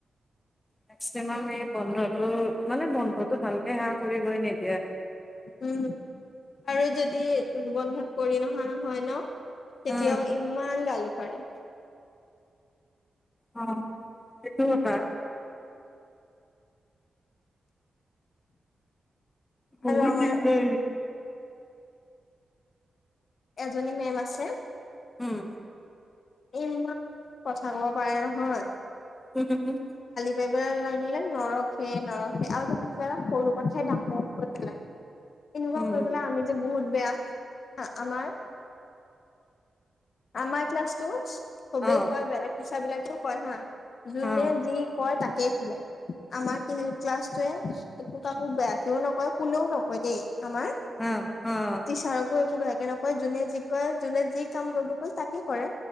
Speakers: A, on the left; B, on the left.
A: মেক্সিমাম এই বন্ধটো মানে বন্ধতটো ভালকে সেৱা কৰিবই নিদ
B: উম আৰু যদি বন্ধত কৰি নহা হয় ন তেতিয়াও
A: উম,
B: ইমান গালি পাৰে।
A: অ সেইটো হব বহুত
B: আৰু আমাৰ
A: দিগদে
B: এজনী মেম আছে
A: উম
B: ইমান কথা ক'ব পাৰে নহয়
A: উম, হম - হম।
B: বেমাৰ লাগিলে নৰখে - নৰখে আৰু ত কিবা সৰু কথাই ডাঙ - ডৰঙৰ কৰি পেলাই। এনেকুৱা
A: উম,
B: কৰি পেলাই আমি যে বহুত বেয়া আমাৰ আমাৰ ক্লাছতটো সবেই
A: অ',
B: কয় বেলেগ পিচ বিলাকেও কয় হা যোনে
A: অ',
B: যি কয় তাকে কেইফে আমাৰ ক্লাছটোৱে একো কাকো বেয়াকেও নকয় কোনেও নকয়। কয় দেই আমাৰ
A: অ', অ',
B: টিচাৰকো একোব কেনেকৈ যোনে যি কয় যোনে যি কাম কৰিবৈ কল তাকে কৰে